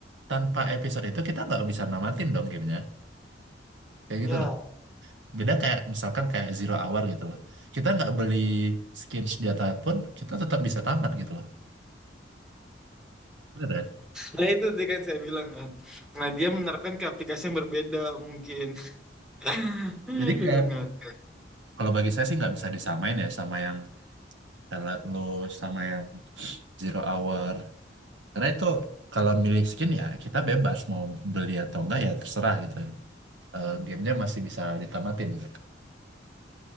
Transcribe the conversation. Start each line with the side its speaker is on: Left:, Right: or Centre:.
Right: tanpa episode itu kita nggak bisa namatin dong gamenya kayak
Centre: Iya.
Right: gitu loh beda kayak misalkan kayak Zero Hour gitu loh kita nggak beli skin senjata pun kita tetap bisa tamat gitu loh bener kan
Centre: Nah itu tadi kan saya bilang kan. Nah dia menerapkan ke aplikasi yang berbeda mungkin. <laughs>
Right: jadi
Centre: Aduh
Right: kayak
Centre: ngakak.
Right: kalau bagi saya sih nggak bisa disamain ya sama yang Twilight Lost sama yang Zero Hour karena itu kalau milih skin ya kita bebas mau beli atau enggak ya terserah gitu eh, gamenya masih bisa ditamatin gitu.